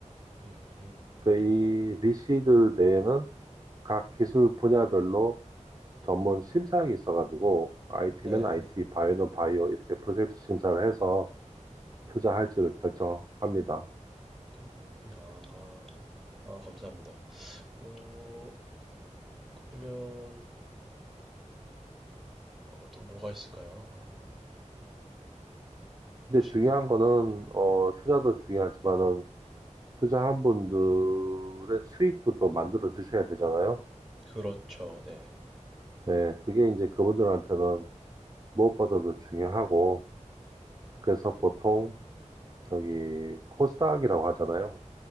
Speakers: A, in the centre; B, on the right.
A: 음, 음,
B: 그이 VC들 내에는 각 기술 분야별로 전문 심사역이 있어가지고 IT면
A: 네,
B: IT,
A: 네,
B: 바이오는 바이오 이렇게 프로젝트 심사를 해서 투자할지를 결정합니다.
A: 음, 아, 아, 감사합니다. 어, 그러면 어, 또 뭐가 있을까요? 어,
B: 근데
A: 혹시
B: 중요한
A: 뭐,
B: 거는
A: 네,
B: 어, 투자도 중요하지만은 투자한 분들의 수익도 또 만들어 주셔야 되잖아요.
A: 그렇죠, 네,
B: 네, 그게 이제 그분들한테는 무엇보다도 중요하고 그래서 보통 저기 코스닥이라고 하잖아요.